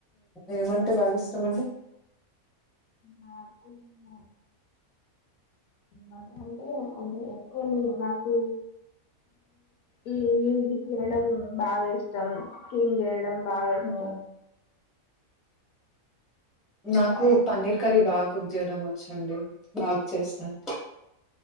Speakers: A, in the centre; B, on the left.
A: ఏమంటే బాగా ఇష్టమండి
B: నాకు న ఏమంటాటే అంటే ఎక్కువలేదు నాకు ఈ మ్యూజిక్ వినడం బాగా ఇష్టం కుకింగ్ చేయడం బాగా ఇష్
A: ష్టం నాకు పన్నీర్ కర్రీ బా కుక్ చేయడం వచ్చండి బాగ్ చేస్తాను